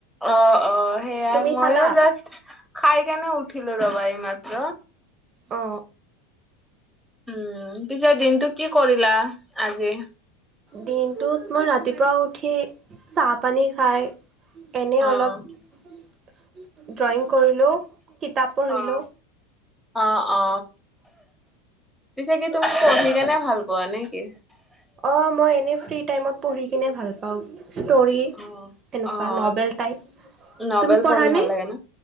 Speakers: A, in the centre; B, on the right.
A: অ অ সেইয়াই
B: তুমি
A: ময়ো
B: খালা?
A: জাষ্ট খাই কেনে উঠিলো ৰবা এই মাত্ৰ।
B: অ
A: উম পিছে দিনটো কি কৰিলা আজি।
B: দিনটোত মই ৰাতিপুৱা উঠি চাহ, পানী খাই এনে
A: অ',
B: অলপ ড্ৰয়িং কৰিলো কিতাপ পঢ়িলো।
A: অ', অ অ পিছে কি তোমাৰ পঢ়ি কেনে ভাল পোৱা নে। <inaudible> কি?
B: অঁ মই এনেই ফ্ৰী টাইমত পঢ়ি কিনে ভাল পাওঁ। ষ্টৰী
A: অ',
B: এনেকুৱা
A: অ',
B: নভেল টাইপ
A: নভেল
B: তুমি পঢ়ানে।
A: পঢ়ি ভাল লাগে ন?